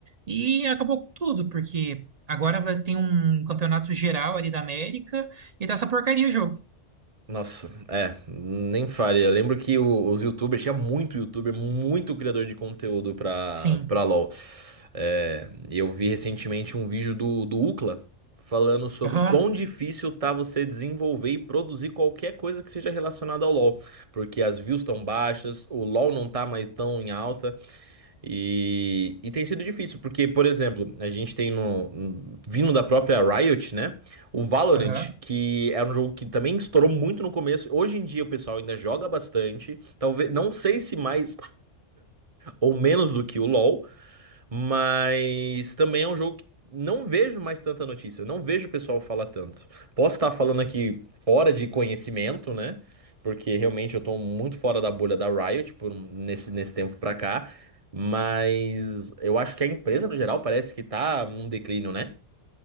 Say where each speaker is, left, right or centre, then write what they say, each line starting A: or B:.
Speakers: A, on the right (about 55°); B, on the right (about 30°).
A: E acabou com tudo, porque agora vai ter um campeonato geral ali da América e tá essa porcaria o jogo.
B: Nossa, é, nem fale. Eu lembro que o- os YouTubers, tinha muito YouTuber, muito criador de conteúdo pra,
A: Sim.
B: pra LoL. É, eu vi recentemente um vídeo do, do ucla falando sobre
A: Aham.
B: quão difícil tá você desenvolver e produzir qualquer coisa que seja relacionada ao LoL. Porque as views estão baixas, o LoL não tá mais tão em alta. E, e tem sido difícil, porque, por exemplo, a gente tem no, vindo da própria Riot, né? O Valorant,
A: Aham.
B: que era um jogo que também estourou muito no começo, hoje em dia o pessoal ainda joga bastante, talvez, não sei se mais ou menos do que o LoL, mas também é um jogo que não vejo mais tanta notícia, não vejo o pessoal falar tanto. Posso estar falando aqui fora de conhecimento, né? Porque realmente eu tô muito fora da bolha da Riot por um- nesse, nesse tempo pra cá, mas eu acho que a empresa no geral parece que tá num declínio, né?